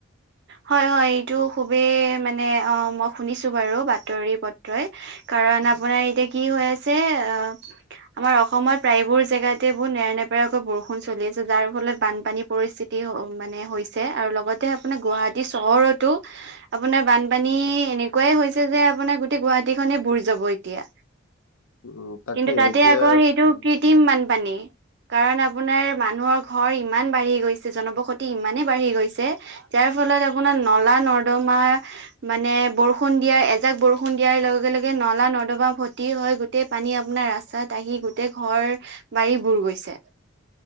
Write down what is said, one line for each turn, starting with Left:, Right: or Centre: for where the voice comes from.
Right: হয়ঁ হয়ঁ এইটো খুবেই মানে অঁ মই শুনিছোঁ বাৰু বাতৰি পত্ৰই। কাৰণ আপোনাৰ এতিয়া কি হৈ আছে অঁ। আমাৰ অসমত প্ৰায়বোৰ জেগাতে বহু নেৰানেপেৰাকৈ বৰষুণ চলি আছে যাৰ ফলত বানপানী পৰিস্থিতি- টি মানে হৈছে আৰু লগতে আপোনাৰ গুৱাহাটী চহৰতো- আপোনাৰ বানপানী এনেকুৱাই হৈছে যে আপোনাৰ গোটেই গুৱাহাটী খনে বুৰ যাব এতিয়া।
Left: উমঁ তাকে
Right: কিন্তু তাতে
Left: এতিয়া
Right: আকৌ সেইটো
Left: উমঁ।
Right: কৃত্ৰিম বানপানী। কাৰণ আপোনাৰ মানুহৰ ঘৰ ইমান বাঢ়ি গৈছে জনবসতি ইমানেই বাঢ়ি গৈছে। যাৰ ফলত আপোনাৰ নলা নৰ্দমাৰ - মানে বৰষুণ দিয়াৰ এজাক বৰষুণ দিয়াৰ লগে লগে নলা নৰ্দমা ভৰ্তি হৈ গৈ গোটেই পানী আপোনাৰ ৰাস্তাত আহি গোটেই ঘৰ বাৰী বুৰ গৈছে।